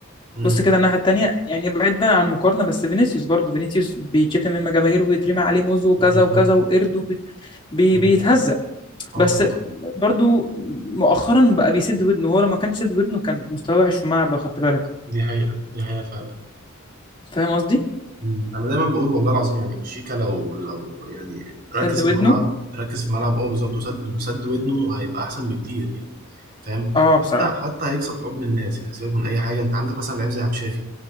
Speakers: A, on the right; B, on the left.
A: مم.
B: بص كده الناحية التانية يعني بعيدا عن المقارنة بس فينيسيوس برضه فينيسيوس بيتشتم من جماهير ويترمي عليه موز وكذا
A: بالظبط
B: وكذا وقرد وبي- بي
A: مم.
B: بيتهزق
A: اه
B: بس
A: صح
B: برضه مؤخرا بقى بيسد ودنه هو لما كان سد ودنه كان مستواه وحش في الملعب لو خدت بالك
A: دي حقيقه دي حقيقه فعلا
B: فاهم قصدي؟
A: مم. انا دايما بقول والله العظيم يعني شيكا لو لو يعني
B: سد
A: ركز في
B: ودنه
A: الملعب ركز في الملعب اه بالظبط وسد وسد ودنه هيبقى احسن بكتير يعني فاهم
B: اه بصراحة
A: حتى حتى هيكسب حب الناس يعني سيبك من اي حاجه انت عندك مثلا لعيب زي عبد الشافي